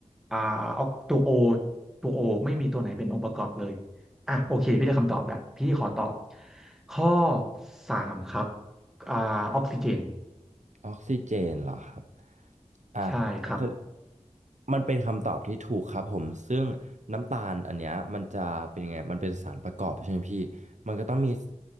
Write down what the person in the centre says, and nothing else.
อ่าออกตัวโอตัวโอไม่มีตัวไหนเป็นองค์ประกอบเลยอ่ะโอเคพี่ได้คำตอบแล้วพี่ขอตอบข้อสามครับอ่าออกซิเจน
ใช่ครับ